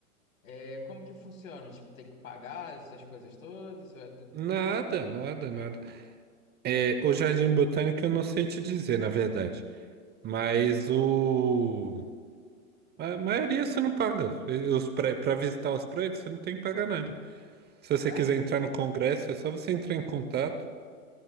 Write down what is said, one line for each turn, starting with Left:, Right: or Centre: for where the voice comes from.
Left: É, como que funciona? Tipo, tem que pagar essas coisas todas? Ou é tudo
Right: Nada,
Left: público? Como
Right: nada,
Left: funciona?
Right: nada. É, o Jardim Botânico eu não sei te dizer, na verdade. Mas o. A maioria você não paga. Os pré... Para visitar os prédios, você não tem que pagar nada. Se
Left: Sério?
Right: você quiser entrar no Congresso, é só você entrar em contato